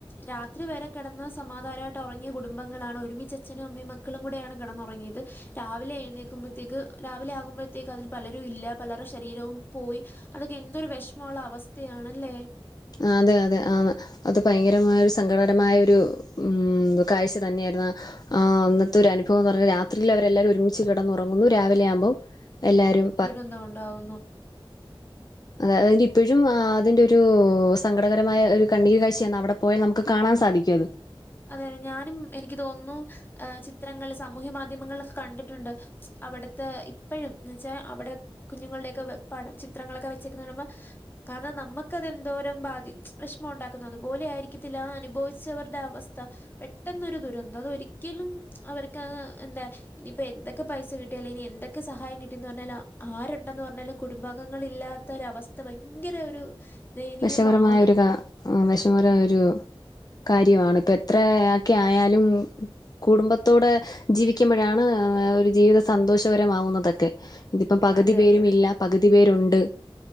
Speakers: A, on the left; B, on the left.
A: രാത്രി വെരെ കെടന്ന് സമാധാനായ്ട്ട് ഒറങ്ങിയ കുടുംബങ്ങളാണ് ഒരുമിച്ചച്ഛനു അമ്മയും മക്കളും കൂടെയാണ് കെടന്നൊറങ്ങിയ്ത് രാവിലെ എഴ്ന്നേക്ക്മ്പത്തേക്ക് രാവിലെ ആകുമ്പഴ്‌ത്തേക്ക് അതിൽ പലരും ഇല്ലാ പലറ്ടെ ശരീരവും പോയി അതാെക്കെ എന്തൊരു വെഷ്മോള്ള അവസ്ഥയാണ് അല്ലേ
B: ആഹ് അതെ അതെ ആന്ന് അത് ഭയങ്കരമായൊരു സങ്കടകരമായൊരു ഉം കാഴ്ച തന്നെയായ്ര്ന്നു ആഹ് ആഹ് അന്നത്തെ ഒരനുഭവംന്ന് പർഞ്ഞാ രാത്രിലവരെല്ലാവരും ഒരുമിച്ച് കെടന്നാെറങ്ങുന്നു രാവിലെ ആവുമ്പം എല്ലാരും
A: ദുരന്തം ഒണ്ടാവുന്നു
B: അതെ അതിന്റിപ്പെഴും ആഹ് അതിന്റെ രൂ സങ്കടകരമായ ഒര് കണ്ണീര് കാഴ്ച്ചയാന്ന് അവ്ട പോയാ നമ്ക്ക് കാണാൻ സാധിക്കുവത്
A: അതെ അതെ ഞാനും എനിക്ക് തോന്ന്ന്നു ഏഹ് ചിത്രങ്ങൾ സമൂഹ്യ മാധ്യമങ്ങൾലാെക്ക കണ്ടിട്ട്ണ്ട് അവ്ട്ത്തെ ഇപ്പഴും ന്ന് വെച്ചാ അവ്ടെ കുഞ്ഞുങ്ങൾടൊയെക്ക വ് പടം ചിത്രങ്ങളെക്ക വെച്ചേക്ക്ന്ന കാണ്‌മ്പം കാരണം നമ്മക്കതെന്തോരം ബാധി വെഷ്മോണ്ടാക്കുന്ന് അതുപോലെ ആയിരിക്കത്തില്ലാ ആ അനുഭവി ച്ചവർടെ അവസ്ഥ പെട്ടെന്നൊരു ദുരന്തം അതൊരിക്കലും അവര്ക്കത് എന്താ ഇനീപ്പ എന്തക്ക പൈസ കിട്ട്യാല് ഇനി എന്തെക്ക സഹായം കിട്ടീന്ന് പർഞ്ഞാല് അ ആര്ണ്ടെന്ന് പർഞ്ഞാലും കുടുബാംഗങ്ങളില്ലാ ത്താെരവസ്ഥ ഭയ്ങ്കെര ഒരു ദയനീയമാണ്.
B: വെഷമരമായ ഒരു കാ ആഹ് വെഷമകരായൊരു കാര്യവാണ് ഇപ്പ എത്രെ അക്കെ ആയാലും കുടുംബത്തോടെ ജീവിക്ക്മ്പഴാണ് ഒര് ജീവിത സന്തോഷകരമാവുന്നതെക്കെ ഇതിപ്പം പക്‌തി
A: അതെ
B: പേരും
A: അതെ
B: ഇല്ല പക്‌തി പേരുണ്ട്